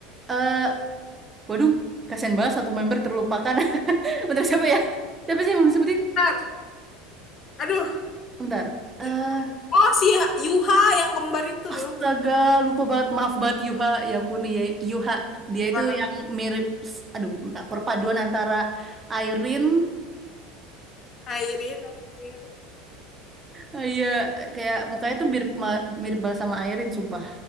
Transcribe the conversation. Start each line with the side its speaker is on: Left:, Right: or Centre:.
Right: eh waduh kasihan banget satu member terlupakan <laughs> bentar siapa ya siapa sih yang belum disebutin
Left: lancar aduh
Right: bentar Eh
Left: Jo- oh si Ha- Yuha yang kembar itu
Right: Astaga,
Left: loh
Right: lupa banget. Maaf banget Yuha. Ya ampun ya Yuha. Dia itu
Left: para
Right: yang mirip, aduh, bentar, perpaduan antara Airin,
Left: Airin Airin
Right: eh, iya kayak mukanya tuh mirip, ma- mirip banget sama Airin, sumpah.